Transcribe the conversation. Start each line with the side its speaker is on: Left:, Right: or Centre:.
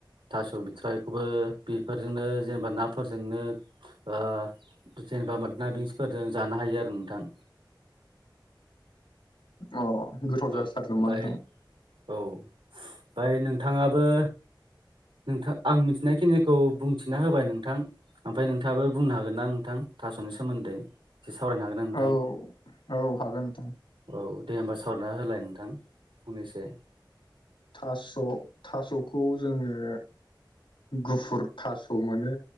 Right: थास' बिथ्राइखौबो बेफोरजोंनो जेनेबा नाफोरजोंनो। जेनेबा मादना बिसफोरजों जानो हायो आरो नोंथां
Left: अ गोथाव जासारदों
Right: ओमफाय
Left: नोंथां
Right: औ ओमफ्राय नोंथाङाबो नोंथां आं मिथिनायखिनिखौ बुंथिना होबाय नोंथां ओमफ्राय नोंथाङाबो बुंनो हागोन ना नोंथां थास'नि सोमोन्दै एसे सावरायनो हागोन ना नोंथां
Left: औ औ हागोन नोंथां
Right: औ दे होमबा सावना होलाय नोंथां फंनैसो
Left: थास' थास'खौ जोङो गुफुर थास' मोनो